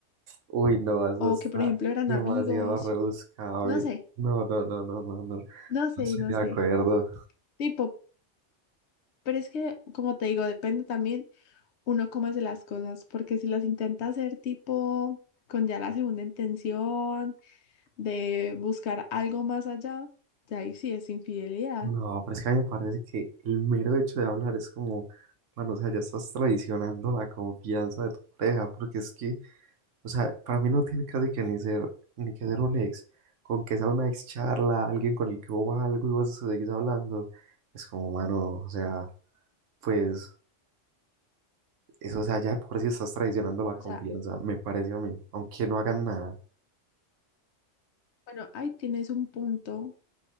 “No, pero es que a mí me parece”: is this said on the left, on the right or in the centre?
Right